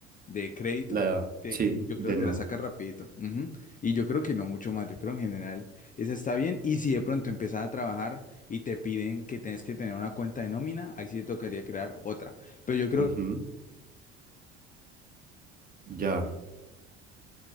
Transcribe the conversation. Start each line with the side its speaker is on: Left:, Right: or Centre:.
Left: de crédito.
Right: La,
Left: que-
Right: sí,
Left: que yo
Right: de
Left: creo que
Right: no.
Left: te la sacas rapidito. Ujú. Y yo creo que no mucho más. Yo creo en general esa está bien. Y si de pronto empiezas a trabajar y te piden que tienes que tener una cuenta de nómina, ahí sí te tocaría crear otra. Pero yo creo
Right: Ujú, Ya.